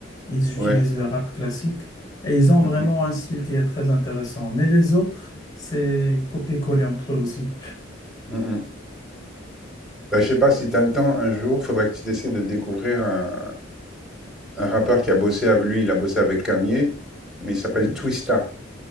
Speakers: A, on the left (about 20°); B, in the centre.
A: ils utilisent
B: Ouais.
A: le rap classique et ils ont
B: Mm,
A: vraiment
B: mm.
A: un style qui est très intéressant. Mais les autres, c'est copier-coller entre eux aussi.
B: Mm, mm. Bah, je sais pas si tu as le temps un jour, faudrait que tu essaies de découvrir un, un rappeur qui a bossé avec lui. Il a bossé avec Kanye, mais il s'appelle
A: Oui.
B: Twista.